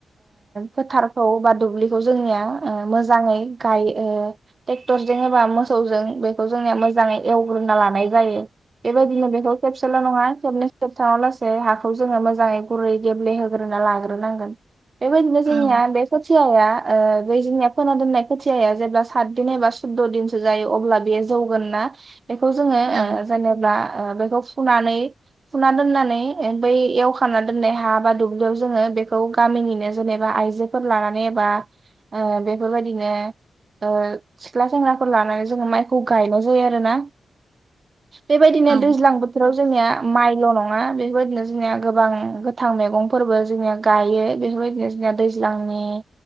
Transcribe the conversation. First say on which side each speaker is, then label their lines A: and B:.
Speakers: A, on the right; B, on the right.
A: फोथारखौ बा दुब्लिखौ जोंनिया मोजाङै गायो टर जेनेबा मोसौजों बेखौ जोंनिया मोजाङै एवग्रोना लानाय जायो। बेबायदिनो बेखौ खेबसेल' नङा खेबनै खेबथामाव लासै हाखौ जोङो मोजाङै गुरै गेब्ले होग्रोना लाग्रोनांगोन बेबायदिनो
B: औ
A: जोंनिया बेफो खोथियाया ओ दैजोनिया फोना दोननाय खोथियाया जेब्ला सात दिन एबा सुद'दिनसो जायो अब्ला बेयो जौगोन ना बेखौ जोङो
B: औ
A: ओ जेनेब्ला ओ बेखौ फुनानै फुना दोननानै बै एवखानानै दोन्नाय हा बा दुब्लियाव जोङो बेखौ गामिनिनो जेनेबा आइजोफोर लानानै बा ओ बेफोर बायदिनो ओ सिख्ला सेंग्राफोर लानानै जोङो माइखौ गायनाय जायो आरोना बेबायदिनो
B: औ
A: दैज्लां बोथोराव जोंनिया माइल' नङा बेफोरबायदिनो जोंनिया गोबां गोथां मैगंफोरबो जोंनिया गायो, बेफोरबायदिनो जोंनिया दैज्लांनि